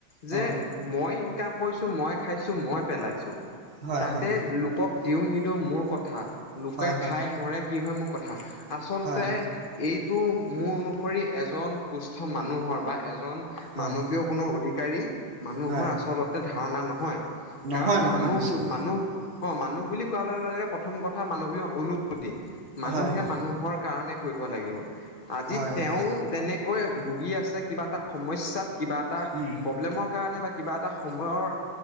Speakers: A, on the left; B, on the right.
A: যে
B: অ
A: মই ইনকাম কৰিছোঁ মই খাইছো মই পেলাইছো,
B: হয়
A: তাতে
B: হয়
A: লোকক দিওঁ নিদিওঁ মোৰ কথা। লোকে
B: হয় হয়
A: খাই মৰে কি হয় মোৰ কথা। আচলতে,
B: হয়
A: এইটো মোৰ অনুসৰি এজন সুস্থ মানুহৰ বা এজন।
B: হয়
A: মানৱীয় কোনো অধিকাৰী মানুহৰ
B: হয়
A: আচলতে ধাৰণা নহয়।
B: নহয়
A: কাৰণ
B: নহয়
A: মানুহবোৰ
B: নিশ্চয়
A: মানুহ অ' মানুহ বুলি কোৱাৰ লগে লগে প্ৰথম কথা মানৱীয় অনুভূতি মানুহে
B: হয় হয়
A: মানুহৰ। কাৰণে কৰিব লাগিব, আজি
B: হয়
A: তেওঁ
B: হয়
A: তেনেকৈ ভুগি আছে কিবা এটা সমস্যাত। কিবা এটা
B: উম
A: প্ৰব্লেমৰ কাৰণে বা কিবা এটা সময়ৰ